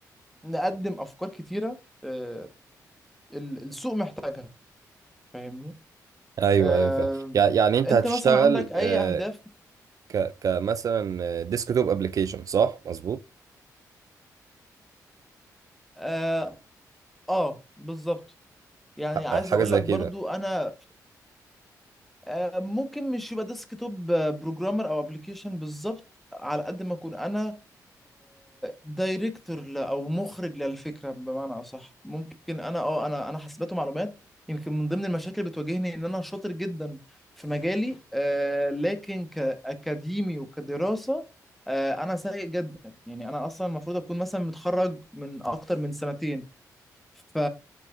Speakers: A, in the centre; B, on the right (about 55°).
A: نقدم افكار كتيره آه، ال- السوق محتاجها فاهمني
B: أيوه
A: آه،
B: أيوه فعلا يع- يعني أنت
A: انت
B: هتشتغل
A: مثلا عندك اي
B: آه،
A: اهداف
B: ك كمثلا ديسك توب ابلكيشن صح مظبوط
A: اه آه، بالظبط يعني
B: ح-
A: عايز
B: حاجه
A: اقول
B: زي
A: لك
B: كده
A: برضو انا آه، ممكن مش يبقى ديسك توب بروجرامر او ابلكيشن بالظبط على قد ما اكون انا دايركتور او مخرج للفكره بمعنى اصح ممكن انا اه انا انا حاسبات ومعلومات يمكن من ضمن المشاكل اللي بتواجهني ان انا شاطر جدا في مجالي آه، لكن كاكاديمي وكدراسه آه، انا سيء جدا يعني انا اصلا المفروض اكون مثلا متخرج من اكتر من سنتين ف...